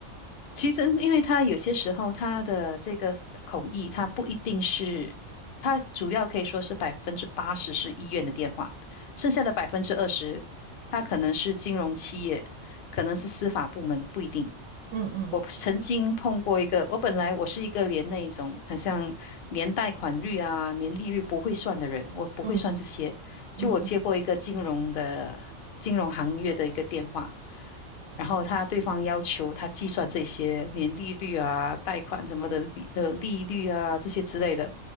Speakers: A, on the left; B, on the right.
A: 其实，因为他有些时候他的这个口译，他不一定是，他主要可以说是百分之八十是医院的电话，剩下的百分之二十，它可能是金融企业，可能是司法部门，不一定。
B: 嗯嗯
A: 我曾经碰过一个，我本来我是一个连那一种很像连贷款率啊、年利率不会算的人，我不会算这些。
B: 嗯
A: 就我接过一个金融的金融行业的一个电话，
B: 嗯嗯
A: 然后他对方要求他计算这些年利率啊、贷款什么的利的利率啊这些之类的，